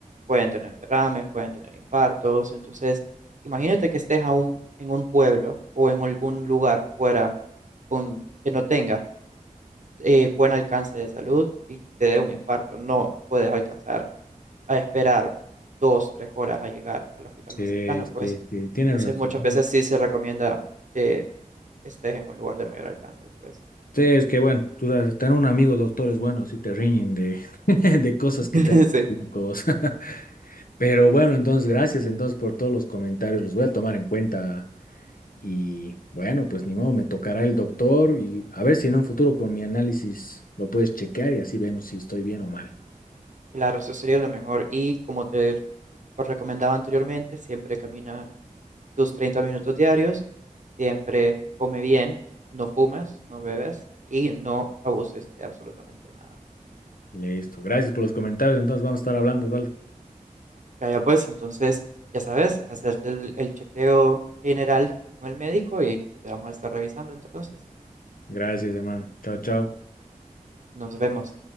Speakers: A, on the right; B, on the left.
A: pueden tener derrames, pueden tener infartos. Entonces, imagínate que estés aún en un pueblo o en algún lugar fuera con, que no tenga eh, buen alcance de salud y te dé un infarto. No puedes alcanzar a esperar dos, tres horas a llegar al hospital
B: Sí,
A: más cercano, pues.
B: sí, sí, tienes
A: Entonces,
B: razón.
A: muchas veces sí se recomienda que estés en un lugar de mayor alcance, pues.
B: Sí, es que bueno, tú sabes, tener un amigo doctor es bueno, así te riñen de, <laughs> de cosas que
A: <laughs>
B: te hacen
A: Sí.
B: locos. <laughs> Pero bueno, entonces
A: Sí.
B: gracias entonces por todos los comentarios, los voy a tomar en cuenta y bueno, pues ni modo, me tocará el doctor y a ver si en un futuro con mi análisis lo puedes chequear y así vemos si estoy bien o mal.
A: Claro, eso sería lo mejor. Y como te os recomendaba anteriormente, siempre camina tus 30 minutos diarios, siempre come bien, no fumas, no bebes y no abuses de absolutamente nada.
B: Listo, gracias por los comentarios, entonces vamos a estar hablando, ¿vale?
A: Ya, ya pues, entonces, ya sabes, hacerte el, el chequeo general con el médico y te vamos a estar revisando entonces.
B: Gracias, hermano. Chao, chao.
A: Nos vemos.